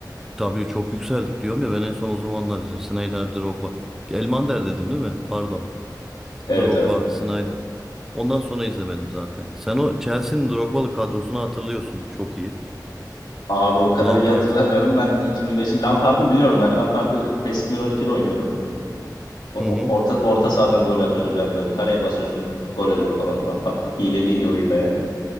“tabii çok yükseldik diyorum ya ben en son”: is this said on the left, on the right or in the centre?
Centre